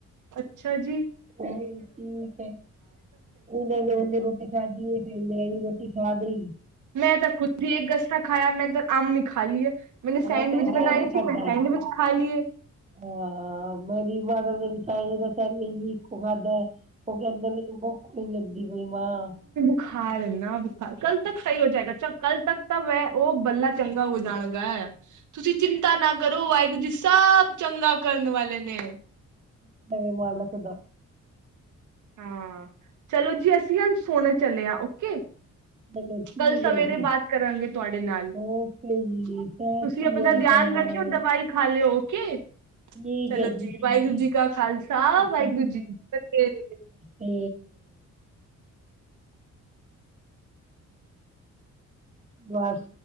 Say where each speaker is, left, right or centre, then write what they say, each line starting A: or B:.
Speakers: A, on the right; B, on the right.
A: ਅੱਛਾ ਜੀ
B: ਠੀਕ ਹੈ ਇਹ ਗੱਲੇ ਰੋਟੀ ਖਾਧ ਹੈ। ਮੇਰੀ ਰੋਟੀ ਖਾ ਦੇਈ
A: ਮੈਂ ਤਾਂ ਖੁਦ ਹੀ ਇੱਕ ਗਸਾ ਖਾਇਆ ਮੈਂ ਤਾਂ ਆਮ ਨ ਖਾ ਲਈ ਹੈ। ਮੈਨੇ ਸੈਂਡਵਿਚ
B: ਹਾਂ ਮੈਂ ਵੀ
A: ਬਣਾਈ
B: ਐਵੇਂ
A: ਸੀ
B: ਖਾਧਾ
A: ਫਿਰ ਸੈਂਡਵਿਚ
B: ਹੈ।
A: ਖਾ ਲਈਏ
B: ਹਾਂ ਮੇਰੀ ਬਾਦਲ ਦੇ ਵਿੱਚ ਤਾਂਏ ਦੱਸ ਨਹੀਂ ਵੀ ਇੱਕੋ ਖਾਧਾ ਉਹ ਕਹਿੰਦੇ ਮੈਨੂੰ ਭੁੱਖ ਨਹੀਂ ਲੱਗਦੀ ਵੀ ਮਾਂ
A: ਬੁਖਾਰ ਨਾ ਬੁਖਾਰ ਕੱਲ ਤੱਕ ਸਹੀ ਹੋ ਜਾਏਗਾ ਅੱਛਾ ਕੱਲ ਤੱਕ ਤਾਂ ਵੈ ਉਹ ਬੱਲਾ ਚੰਗਾ ਹੋ ਜਾਣਗਾ ਤੁਸੀਂ ਚਿੰਤਾ ਨਾ ਕਰੋ ਵਾਹਿਗੁਰੂ ਜੀ ਸਭ ਚੰਗਾ ਕਰਨ ਵਾਲੇ ਨੇ
B: ਸ਼ੁਕਰ ਮਾਲਕ ਦਾ
A: ਹਾਂ ਚਲੋ ਜੀ ਅਸੀਂ ਹ ਸੋਨ ਚੱਲੇ ਹਾਂ ਓਕੇ
B: ਚਲੋ ਠੀਕ
A: ਕੱਲ ਸਵੇਰੇ
B: ਹੈ ਜੀ
A: ਬਾਤ ਕਰਾਂਗੇ ਤੁਹਾਡੇ ਨਾਲ ਤੁਸੀਂ
B: ਓਕੇ ਜੀ ਸਤਿ ਸ੍ਰੀ
A: ਤੁਸੀਂ ਆਪਣਾ
B: ਅਕਾਲ।
A: ਧਿਆਨ ਰੱਖਿਓ ਦਵਾਈ ਖਾ ਲਿਓ ਓਕੇ
B: ਠੀਕ
A: ਚਲੋ
B: ਹੈ ਜੀ ਠੀਕ
A: ਵਾਹਿਗੁਰੂ ਜੀ ਕਾ ਖਾਲਸਾ ਵਾਹਿਗੁਰੂ ਜੀ ਕੀ ਫਤਿਹ
B: ਹੈ???? ਬਸ